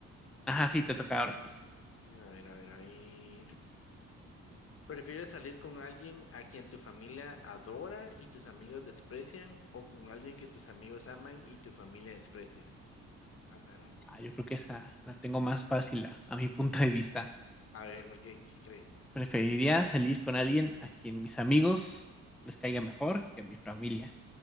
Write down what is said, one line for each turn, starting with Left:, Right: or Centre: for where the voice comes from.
Centre: Ajá, sí,
Left: Y,
Centre: te toca ahora a ti.
Left: a ver, a ver, a ver. ¿Prefieres salir con alguien a quien tu familia adora y tus amigos desprecian o con alguien que tus amigos aman y tu familia desprecia? Ah, la gran.
Centre: Ah, yo creo que esa la tengo más fácil a, a mi punto de vista.
Left: A ver, ¿por qué? ¿Qué crees?
Centre: Preferiría salir con alguien a quien mis amigos les caiga mejor que a mi familia,